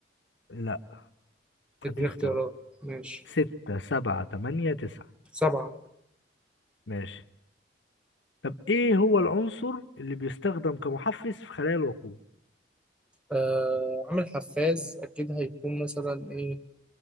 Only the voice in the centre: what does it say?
اديني اختيارات
ماشي
سبعه
آه عامل حفاز اكيد هيكون مثلا ايه